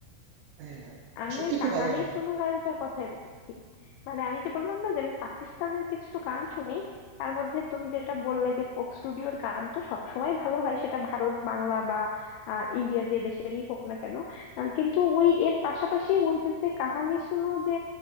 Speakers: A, on the right (about 80°); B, on the left (about 80°).
A: হ্যাঁ, হ্যাঁ।
B: আমি
A: সত্যি
B: ওই
A: খুব
B: কাহানি
A: ভালো গান গায়।
B: শুনু গানটার কথাই বলছি মানে আমি যে বললাম না যে আমি পাকিস্তানের কিছু গান শুনি তার মধ্যে তুমি যেটা বললে যে ফোক স্টুডিওর গান তো সবসময় ভালো হয় সেটা ভারত বাংলা বা আহ, ইন্ডিয়া যে দেশেরই হোক না কেন আহ, কিন্তু ওই এর পাশাপাশি ওই যে যে কাহানি শুনু যে